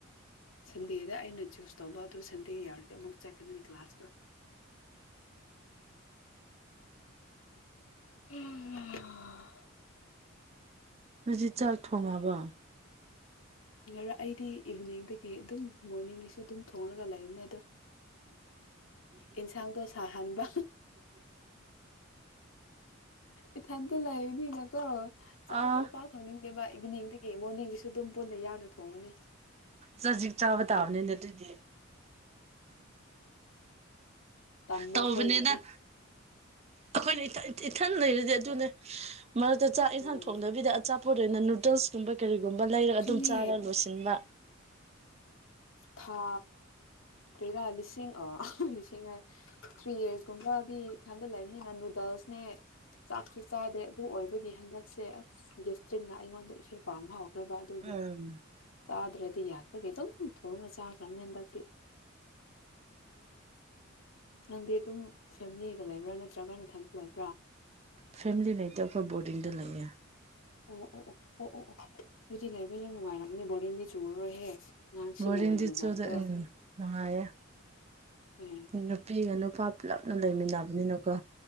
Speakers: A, on the left; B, on the right.
A: ꯁꯟꯗꯦꯗ ꯑꯩꯅ ꯆꯨꯁ ꯇꯧꯕ ꯑꯗꯨ ꯁꯟꯗꯦ ꯌꯥꯎꯔꯗꯤ ꯑꯃꯨꯛ ꯆꯠꯀꯗꯅꯤ ꯀ꯭ꯂꯥꯁꯇꯣ
B: <inaudible>
A: ꯎꯝ
B: ꯍꯧꯖꯤꯠ ꯆꯥꯛ ꯊꯣꯡꯉꯕ
A: ꯉꯔ ꯑꯩꯗꯤ ꯏꯚꯤꯅꯤꯡꯗꯒꯤ ꯑꯗꯨꯝ ꯃꯣꯔꯅꯤꯡꯒꯤꯁꯨ ꯑꯗꯨꯝ ꯊꯣꯡꯂꯒ ꯂꯩꯕꯅꯦ ꯑꯗꯣ ꯏꯟꯁꯥꯡꯗꯣ ꯁꯥꯍꯟꯕ ꯏꯊꯟꯇ ꯂꯩꯥꯛꯅꯤꯅꯀꯣ ꯆꯥꯛꯇꯣ
B: ꯑꯥ
A: ꯄꯥꯛ ꯊꯣꯡꯅꯤꯡꯗꯦꯕ ꯏꯚꯤꯅꯤꯡꯗꯒꯤ ꯃꯣꯔꯅꯤꯡꯒꯤꯁꯨ ꯑꯗꯨꯝ ꯄꯨꯟꯅ ꯌꯥꯝꯅ ꯊꯣꯡꯉꯅꯤ
B: ꯆꯖꯤꯛ ꯆꯥꯕ ꯇꯥꯕꯅꯤꯅꯦ ꯑꯗꯨꯑꯣꯏꯗꯤ
A: ꯇꯥꯟꯕꯥꯛ
B: ꯇꯧꯕꯅꯤꯅ
A: ꯍ ꯀꯦ
B: ꯑꯩꯈꯣꯏꯅ ꯏꯊꯟ ꯂꯩꯔꯗꯤ ꯑꯗꯨꯅꯦ ꯃꯔꯛꯇ ꯆꯥꯛ ꯏꯟꯁꯥꯡ
A: ꯎꯝ
B: ꯊꯣꯡꯗꯕꯤꯗ ꯑꯆꯥꯄꯣꯠ ꯑꯣꯏꯅ ꯅꯨꯗꯜꯁꯀꯨꯝꯕ ꯀꯔꯤꯒꯨꯝꯕ ꯂꯩꯔꯒ
A: ꯑꯗꯨꯅꯦ
B: ꯑꯗꯨꯝ ꯆꯥꯔ ꯂꯣꯏꯁꯤꯟꯕ
A: ꯊꯥ ꯄꯩꯔꯥ ꯂꯤꯁꯤꯡ ꯂꯤꯁꯤꯡ ꯍꯥꯏ ꯊ꯭ꯔꯤ ꯌꯔꯁꯀꯨꯝꯕꯒꯤ ꯊꯟꯗꯜꯂꯛꯕꯅꯤꯅ ꯅꯨꯗꯜꯁꯅꯦ ꯆꯥꯛꯁꯨ ꯆꯥꯗꯦ ꯑꯗꯨ ꯑꯣꯏꯕꯒꯤ ꯍꯟꯗꯛꯁꯦ ꯑꯁ ꯒꯦꯁꯇ꯭ꯔꯤꯛꯅ ꯑꯩꯉꯣꯟꯗ ꯏꯐꯦꯛ ꯄꯥꯅ ꯍꯧꯦ ꯕꯥ ꯑꯗꯨꯒꯤ
B: ꯎꯝ
A: ꯆꯥꯗ꯭ꯔꯗꯤ ꯌꯥꯗꯦ ꯀꯩꯇꯧ ꯊꯣꯡꯒ ꯆꯥꯈ꯭ꯔ ꯍꯟꯗꯛꯇꯤ ꯅꯪꯗꯤ ꯑꯗꯨꯝ ꯐꯦꯃꯤꯂꯤꯒ ꯂꯩꯕ꯭ꯔꯥ ꯅꯠꯇ꯭ꯔꯒ ꯊꯟꯗ ꯂꯩꯕ꯭ꯔꯥ
B: ꯐꯦꯃꯤꯂꯤ ꯂꯩꯇꯦ ꯑꯩꯈꯣꯏ ꯕꯣꯔꯗꯤꯡꯗ ꯂꯩꯌꯦ
A: ꯑꯣ ꯑꯣ ꯑꯣ ꯑꯣ ꯑꯣ ꯑꯣ ꯑꯗꯨꯗꯤ ꯂꯩꯕ ꯌꯥꯝ ꯅꯨꯡꯉꯥꯏꯔꯝꯅꯦ ꯕꯣꯔꯡꯗꯤ ꯆꯨꯔꯔꯣꯏꯍꯦ ꯑꯉꯥꯡꯁꯤꯡꯒ
B: ꯔꯤꯗꯤ
A: ꯂꯩꯃꯤꯟꯅꯕꯗꯣ
B: ꯆꯣꯗ ꯎꯝ ꯉꯅꯨꯡꯉꯦ
A: ꯑꯦ
B: ꯅꯨꯄꯤꯒ ꯅꯨꯄꯥ ꯄꯨꯜꯂꯞꯅ ꯂꯩꯃꯤꯟꯅꯕꯅꯤꯅꯀꯣ